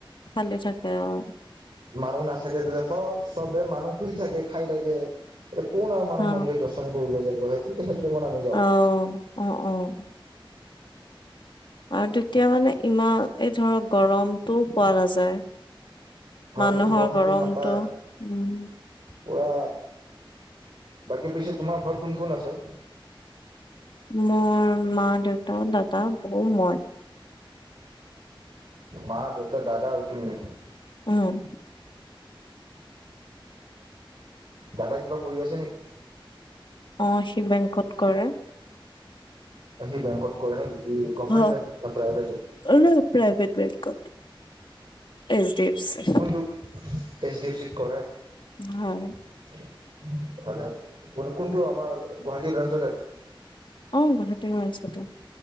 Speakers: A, on the left (about 60°); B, on the right (about 65°).
A: খালি থাকে অহ।
B: মানুহ নাথাকে তেতিয়া স চবে মানুহ শুই থাকে, খায় থাকে। একো নাই মানুহ
A: অ
B: মন্দিৰ দৰ্শন কৰিব যাব হে। টিত সেইটোতে মই নামি দিছোঁ।
A: অহ', অহ', অহ'। আৰু তেতিয়া মানে ইমান, এই ধৰক গৰমটোও পোৱা নাযায়।
B: হয়
A: মানুহৰ গৰমটো
B: নাপায়
A: উম।
B: পুৰা, বাকী পিছে তোমাৰ ঘৰত কোন কোন আছে?
A: মোৰ মা-দেউতা দাদা-বৌ মই।
B: মা-দেউতা দাদা আৰু তুমি।
A: উম।
B: দাদা কিবা কৰি আছে নেকি?
A: অহ, সি বেংকত কৰে।
B: সি বেংকত কৰে নেকি? কি গভমেণ্ট
A: অহ।
B: বেংক না প্ৰাইভেট
A: অ' নাই প্ৰাইভেট বেংকত এচ ডি এফ। চি
B: কোনটো এচ ডি এফ চিট কৰে?
A: হয়।
B: ভালে, কোনটো? আমাৰ গুৱাহাটী ব্ৰাঞ্চতে।
A: অহ, গুৱাহাটী ব্ৰাঞ্চতে।